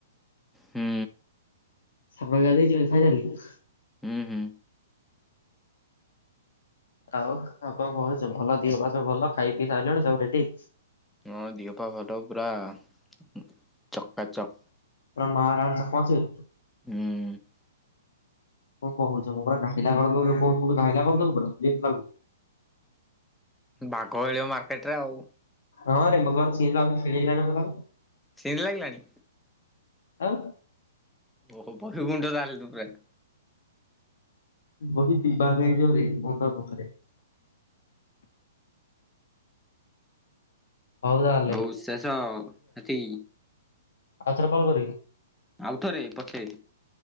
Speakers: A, in the centre; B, on the left (about 65°).
A: ହୁଁ।
B: ସାଙ୍ଗ ହେଇକି ଗାଧେଇ ଯିବା ଫାଇନାଲି।
A: ହୁଁ ହୁଁ
B: ଆଉ ଆଉ କଣ କହୁଛୁ ଭଲ ଦିହ ପା ସବୁ ଭଲ ଖାଇ ପିଇ ସାରିଲାଣି ସବୁ ରେଡି
A: ମୋ ଦେହପା ଭଲ ପୁର ଆ ଚକ୍କା ଚକ୍।
B: କଣ ମା ରାଣ ଚକମା ଚୁର।
A: ହୁଁ
B: କଣ କୁହୁଛ ମୁଁ ପୁରା ପିଲା କ କରଛ ପୁରା ଯେ ଲାଗୁଛି।
A: ବାଘ ମିଳିବ ମାର୍କେଟ ରେ ଆଉ।
B: ହଁରେ ଭଗବାନ ସିଂହ ଫେଳିଲା ମ
A: <unintelligible> ଲାଗିଲାଣି।
B: ଆଉ
A: ଓହୋ ପକ୍ଷୀ କୁଣ୍ଡ ଜାଣିଲୁ ପ୍ରାୟ
B: ବହି ଦିଇ ଭାଗ ହେଇଯିବାରେ <unintelligible> ରେ ହଉ ତାହେଲେ
A: ହଉ ଶେଷ ଏତିକି
B: ଆଉଥରେ କଲ କରିବି
A: ଆଉ ଥରେ ପଛେ